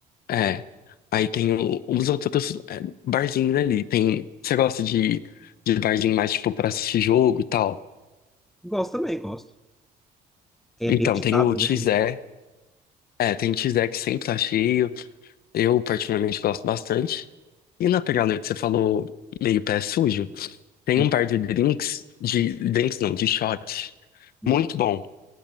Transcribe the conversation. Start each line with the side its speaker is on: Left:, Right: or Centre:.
Left: É. Aí tem o- os outros é, barzinhos ali. Tem, você gosta de, de barzinho mais, tipo, pra assistir jogo e tal?
Centre: gosto também, gosto. É
Left: Então,
Centre: bem ditado,
Left: tem o Tizé.
Centre: né? Link?
Left: É, tem o Tizé que sempre tá cheio. Eu, particularmente, gosto bastante. E na pegada que você falou, meio pé sujo, Tem
Centre: Sim.
Left: um par de drinks, de drinks não, de shot,
Centre: Hum,
Left: muito bom,